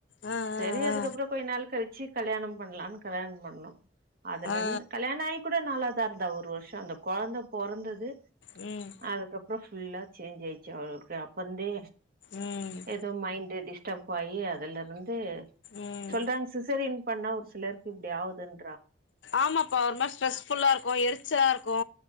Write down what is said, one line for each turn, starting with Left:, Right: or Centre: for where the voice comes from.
Left: ஆ ஆ
Right: செரி அதுக்கப்புறம்
Left: ஆ ஆ
Right: கொய் நாள் கழி ச்சி கல்யாணோ பண்லானு கல்யாணோ பண்ணோ அதுலருந்து
Left: ஆ
Right: கல்யாண ஆயி கூட நல்லாதா அந்த ஒரு வருஷோ அந்த கொழந்த பொறந்தது
Left: ம்
Right: அதுக்கப்றோ ஃபுல்லா சேஞ்ச் ஆய்ர்ச்சு அவளுக்கு அப்பருந்தே
Left: ம்
Right: ஏதோ மைண்ட்டு டிஸ் டப் ஆயி அது வந்து
Left: ம்
Right: சொல்றாங்க சிசேரியன் பண்ணா ஒரு சிலருக்கு இப்டி ஆவுதுன்னு
Left: ஆமாப்பா ஒரு மாரி ஸ்ட்ரெஸ்ஃபுல்லா இருக்கு எரிச்சலா இருக்கு